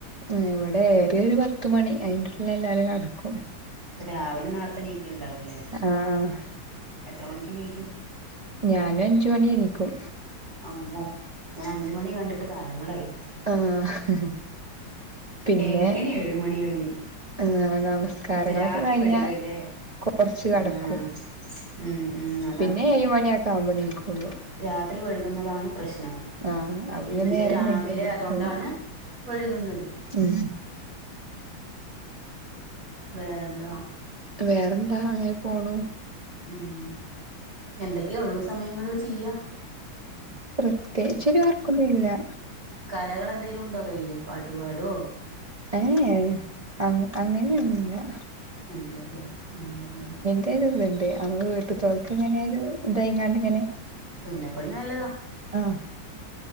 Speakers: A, on the right (about 65°); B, on the right (about 45°).
A: ഉം ഇവെടെ ഏറ്യാ ഒരു പത്ത് മണി അയ്ന്റുള്ള്ല് എല്ലാരും കട്ക്കും
B: രാവിലെ നേർത്തെണീക്ക്ൺണ്ടാവുല്ലേ
A: ആഹ്
B: എത്ര മണിക്കെണീക്കും
A: ഞാനു അഞ്ച് മണി എണീക്കും
B: അമ്മോ ഞാൻ അഞ്ച് മണി കണ്ടിട്ട് കാലെങ്ങളായ്
A: ആഹ് പിന്നെ
B: എങ്ങെനിം ഏഴുമണി കഴിയും
A: ആഹ് നമസ്കാരങ്ങളൊക്കെ
B: എന്ന് വെച്ചാ രാത്രി
A: കയ്ഞ്ഞാ
B: വഴുകല്ലേ
A: കൊർച്ച് കെടക്കും
B: ആഹ് ഉം ഉം ന്ന
A: പിന്നെ ഏഴ്മണ്യക്ക ആവ്മ്പം നീക്കാെള്ളു
B: രാത്രി വഴ്ക്ന്നതാണ് പ്രശ്നം
A: ആഹ് അത്
B: പിന്നെച്ചാ
A: പിന്നെ നേരം
B: രാവിലെ
A: വൈകിയ എണീക്കൊള്ളൂ
B: അതോണ്ടാണ് വഴ്ക്ന്നത്
A: ഉം
B: വേറെന്താ
A: വേറെന്താ അങ്ങനെ പോണു
B: ഉം എന്തൊക്കെ ഒഴിവ് സമയങ്ങൾൽ ചെയ്യാ
A: പ്രത്യേക്ച്ചാെര് വർക്കൊന്നും ഇല്ലാ
B: കലകളെന്തേലുണ്ടോ കയ്യില് പാട്ടുപാടോ
A: ഏഹ് ഏഹ് അങ്ങ് അങ്ങന്യൊന്നുല്ലാ
B: എന്റെ അല്ലേ ഊം
A: <unintelligible> ലാെന്ന്ണ്ട് അമ്മളെ വീട്ട്ത്തോൽക്ക് ങ്ങെനെ ഒരു തായ്ങ്ങാണ്ട്ങ്ങെനെ
B: തുന്നൽപ്പണി നല്ലതാ
A: ആഹ്